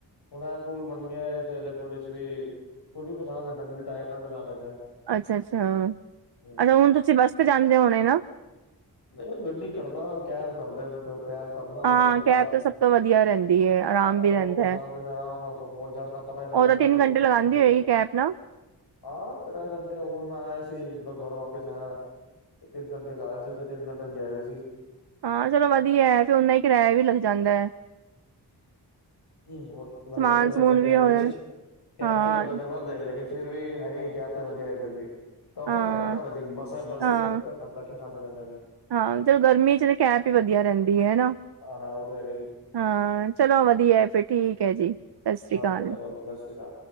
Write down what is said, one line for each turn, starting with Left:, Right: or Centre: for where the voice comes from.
Left: ਹੁਣ ਇਹ ਪੁਲ ਬਣ ਗਿਆ ਤੇ, ਇਹਦੇ ਪੁੱਲ 'ਚੱ ਵੀ ਕੋਈ ਵੀ ਪਹੁੰਚਾ ਦਿੰਦਾ, ਜੇ ਟਾਈਮ ਨਾਲ ਪਹੁੰਚਾ ਦਿੰਦਾ।
Right: ਅੱਛਾ, ਅੱਛਾ,
Left: ਹਮ
Right: ਅੱਛਾ ਹੁਣ ਤੁਸੀਂ ਬੱਸ 'ਤੇ ਜਾਂਦੇ ਹੋਣੇ ਨਾ?
Left: ਨਹੀਂ ਉਹ ਗੱਡੀ ਕਰਦਾ, ਕੈਬ ਕਰਦੇ ਕੈਬ ਕਰਨਾ
Right: ਹਾਂ
Left: ਮੈਂ ਕਰਦਾ
Right: ਕੈਬ
Left: ਗੱਲ,
Right: ਤਾਂ ਸਭ ਤੋਂ ਵਧੀਆ ਰਹਿੰਦੀ ਹੈ ਆਰਾਮ ਵੀ
Left: ਉਹ
Right: ਰਹਿੰਦਾ
Left: ਪਛਾਣਦੇ
Right: ਹੈ
Left: ਆਰਾਮ ਨਾਲ, ਕੋਈ ਪਹੁੰਚ ਜਾਂਦਾ। ਪਤਾ ਨ ਲੱਗਦਾ
Right: ਉਹ ਤਾਂ ਤਿੰਨ
Left: ਕਦੋਂ,
Right: ਘੰਟੇ ਲਗਾਉਂਦੀ
Left: ਕਦੋਂ
Right: ਹੋਏਗੀ
Left: ਕੁਛ
Right: ਕੈਬ ਨਾ
Left: ਆਹ, ਤ੍ਰੈ ਘੰਟੇ ਉ ਮੈਂ ਆਇਆ ਸੀ। ਮਤਬ ਘਰ ਵਾਪਿਸ ਆਇਆ। ਤੇ ਤਿੰਨ ਘੰਟੇ 'ਚ ਆਇਆ ਸੀ, ਤੇ ਤਿੰਨ ਘੰਟੇ 'ਚ ਗਿਆ ਵੀ ਸੀ।
Right: ਹਾਂ ਚਲੋ ਵਧੀਆ, ਫਿਰ ਉਨਾ ਹੀ ਕਿਰਾਇਆ ਵੀ ਲੱਗ ਜਾਂਦਾ ਹੈ।
Left: ਹੋ ਲੱਗਦਾ
Right: ਸਮਾਨ
Left: ਤੇ ਵੱਧ
Right: ਸਮੂਨ
Left: ਹੈ
Right: ਵੀ
Left: ਕੈਬ
Right: ਹੋ
Left: 'ਚ,
Right: ਜਾਂਦਾ
Left: ਕੈਬ
Right: ਹਾਂ
Left: 'ਚ ਲੱਗਦਾ ਤੇ ਵੱਧ ਹੈ। ਲੇਕਿਨ ਫਿਰਰ ਵੀ ਹੈਗੀ, ਕੈਬ ਤੇ ਵਧੀਆ ਹੈ ਫਿਰਰ ਵੀ, ਕੰਫਰਟ
Right: ਹਾਂ
Left: ਹੈਗਾ ਨਾ ਉਹਦੇ 'ਚ, ਬੱਸ-ਬੱਸ
Right: ਹਾਂ
Left: 'ਚ ਦੱਕ ਤ ਧੱਕੇ ਖਾਣੇ ਪੈਂਦੇ ਨੇ।
Right: ਹਾਂ, ਚਲੋ ਗਰਮੀ 'ਚ ਤਾਂ ਕੈਬ ਹੀ ਵਧੀਆ ਰਹਿੰਦੀ ਹੈ, ਹਨਾ।
Left: ਹਾਂ, ਹਾਂ ਉਹ ਤਾਂ ਹੈਗਾ ਹੀ।
Right: ਹਾਂ, ਚਲੋ ਵਧੀਆ, ਫਿਰ ਠੀਕ ਹੈ ਜੀ। ਸਤਿ ਸ੍ਰੀ
Left: ਹਾਂਜੀ
Right: ਅਕਾਲ
Left: ਚਲੋ ਜੀ, ਸਤਿ ਸ਼੍ਰੀ ਅਕਾਲ।